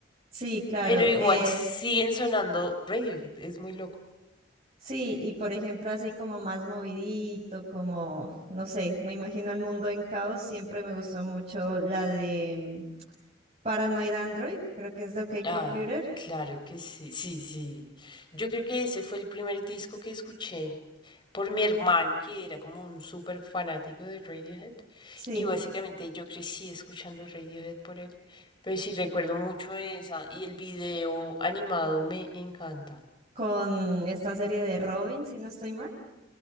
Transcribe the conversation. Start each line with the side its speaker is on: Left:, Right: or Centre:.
Right: sí, claro.
Left: Pero igual
Right: eh,
Left: siguen sonando Radiohead, es muy loco.
Right: sí, y por ejemplo, así como más movidito, como, no sé, me imagino el mundo en caos, siempre me gustó mucho la de mm, Paranoid Android, creo que es de OK
Left: Ay,
Right: Computer.
Left: claro que sí, sí, sí. Yo creo que ese fue el primer disco que escuché por mi hermano, que era como un súper fanático de Radiohead.
Right: Sí,
Left: Y básicamente yo crecí escuchando Radiohead por él. Pero sí recuerdo mucho esa. Y el video animado me encanta.
Right: con esta serie de Robin, si no estoy mal.